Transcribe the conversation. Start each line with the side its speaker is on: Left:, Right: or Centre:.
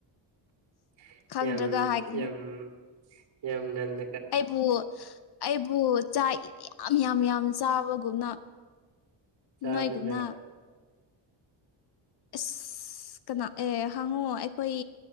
Right: ꯑ
Left: ꯈꯪꯗ꯭ꯔꯒ
Right: ꯑꯦ
Left: ꯍꯥꯏꯒꯅꯨ
Right: <unintelligible> ꯌꯥꯝꯒ
Left: ꯑꯩꯕꯨ ꯑꯩꯕꯨ ꯆꯥꯛ ꯌꯥꯝ ꯌꯥꯝ ꯌꯥꯝ ꯆꯥꯕꯒꯨꯝꯅ
Right: ꯆꯥꯕꯅꯤꯅ
Left: ꯅꯣꯏꯒꯨꯝꯅ ꯑꯁ ꯀꯅꯥ ꯑꯦ ꯍꯪꯉꯣ ꯑꯩꯈꯣꯏ